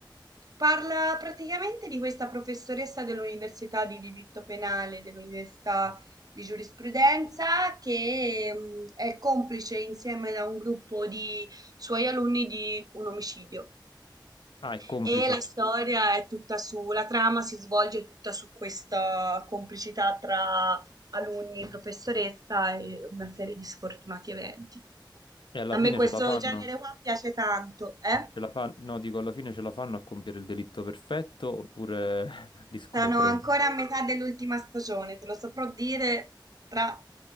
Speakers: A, on the right; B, on the left.
A: Parla praticamente di questa professoressa dell'università di diritto penale, dell'università di giurisprudenza, che mm, è complice insieme a un gruppo di suoi alunni di un omicidio.
B: Ah, è complice.
A: E la storia è tutta su, la trama si svolge tutta su questa complicità tra alunni, professoressa e una serie di sfortunati eventi.
B: E alla
A: A
B: fine
A: me questo
B: ce la fanno?
A: genere qua piace tanto, eh?
B: Ce la fanno? No, dico alla fine ce la fanno a compiere il delitto perfetto oppure <laughs> li scoprono?
A: Sono ancora a metà dell'ultima stagione, te lo saprò dire tra